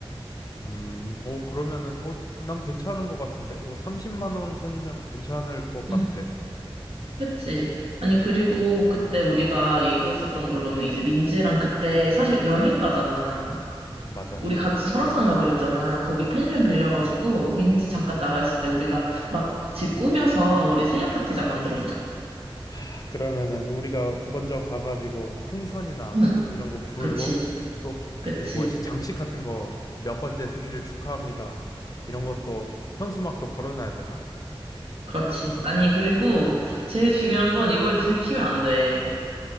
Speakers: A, on the left (about 40°); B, on the right (about 85°).
A: 음, 어 그러면은 어 난 괜찮은 것 같은데 뭐 30만 원 선이면 괜찮을 것 같아.
B: 응, 그치. 아니, 그리고 그때 우리가 얘기했었던 걸로는 이제 민지랑 그때 사실 여행 가잖아.
A: 맞아.
B: 우리 같이 설악산 가기로 했잖아. 거기 펜션 빌려가지고 민지 잠깐 나가 있을 때 우리가 막 집 꾸며서 우리 생일 파티장 만들어주자.
A: 하, 그러면은 우리가 먼저 가가지고 풍선이나
B: 응,
A: 이런 거 불고
B: 그치,
A: 또
B: 그치,
A: 그 뭐지 장식 같은 거 몇 번째 생일을 축하합니다. 이런 것도 현수막도 걸어놔야 되나?
B: 그렇지. 아니, 그리고 제일 중요한 건 이걸 들키면 안 돼.